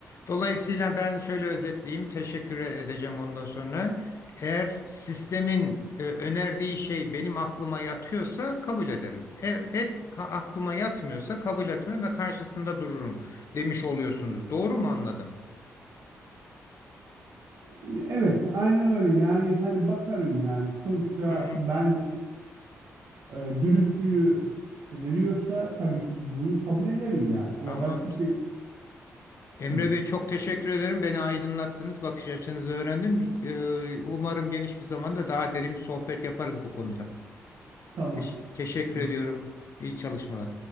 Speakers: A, on the left; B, on the right.
A: Dolayısıyla ben şöyle özetleyeyim. Teşekkür edeceğim ondan sonra. Eğer sistemin e, önerdiği şey benim aklıma yatıyorsa kabul ederim. E, et ka- aklıma yatmıyorsa kabul etmem ve karşısında dururum demiş oluyorsunuz. Doğru mu anladım?
B: E, Evet, aynen öyle. Yani hani bakarım yani sonuçta
A: Hı hı,
B: ben e, dürüstlüğü öneriyorsa tabii ki bunu kabul ederim yani ama
A: tamamdır.
B: başka şey
A: Emre
B: gibi.
A: Bey çok teşekkür ederim. Beni aydınlattınız. Bakış açınızı öğrendim. E, umarım geniş bir zamanda daha derin bir sohbet yaparız bu konuda.
B: Tamam.
A: Teş- Teşekkür
B: tabii.
A: ediyorum. İyi çalışmalar.